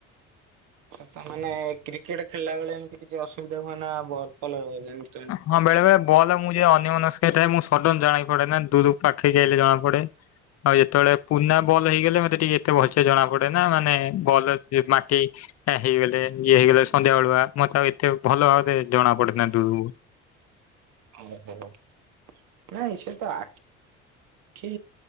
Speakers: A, on the right; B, on the left.
A: ତା ମାନେ କ୍ରିକେଟ ଖେଳିଲା ବେଳେ ଏମିତି କିଛି ଅସୁବିଧା ହୁଏ ନା ଭଲ ଫଲ ଜାଣି
B: ହଁ ବେଳେ ବେଳେ ବଲ ମୁଁ ଯେ ଅନ୍ୟ ମନସ୍କ ଏଠାରେ ମୁଁ ସଡନ ଜାଣି ପଡେନା ଦୁରୁ ପାଖେଇକି ଆଇଲେ ଜଣା ପଡେ ଆଉ ଯେତବେଳେ ପୁନା ବଲ ହେଇଗଲେ ମତେ ଟିକେ ଏତେ ଭଲସ ଜଣା ପଡେ ନା ମାନେ ବଲ ସିଏ ମାଟି ଏ ହେଇଗଲେ ଇଏ ହେଇଗଲେ ସନ୍ଧ୍ୟା ବେଳୁଆ ମତେ ଆଉ ଏତେ ଭଲ ଭାବରେ ଜଣା ପଡେନା ଦୁରୁରୁ।
A: ଓହୋ ନାଇଁ ସେ ତ ଆ ଖି